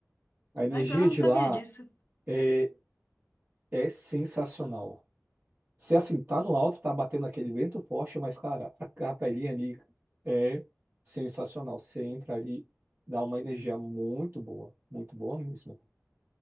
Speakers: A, on the right (about 40°); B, on the left (about 45°).
A: A energia
B: Legal, não
A: de
B: sabia
A: lá
B: disso.
A: é, é sensacional. Se assim, tá no alto, tá batendo aquele vento forte, mas, cara, a capelinha ali é sensacional. Você entra ali, dá uma energia muito boa, muito boa mesmo.